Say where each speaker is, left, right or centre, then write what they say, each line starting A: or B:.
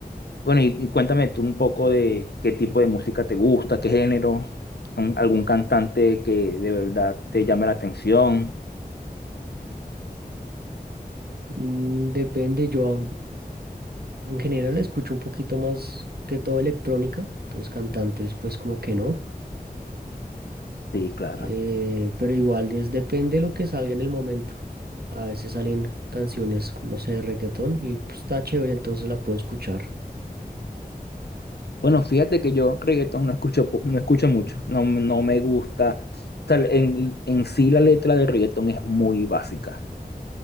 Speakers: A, on the left; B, on the right.
A: Bueno, y y cuéntame tú un poco de qué tipo de música te gusta, qué género, un- algún cantante que de verdad te llame la atención.
B: Mm, depende, yo a- en general escucho un poquito más que todo electrónica, entonces cantantes pues como que no.
A: Sí, claro.
B: Eh, pero igual es depende de lo que salga en el momento. A veces salen canciones, no sé, de reggaetón y pues, está chévere, entonces la puedo escuchar.
A: Bueno, fíjate que yo reggaetón no escucho, po- no escucho mucho, no, no me gusta. O sea, en, en sí la letra de reggaetón es muy básica.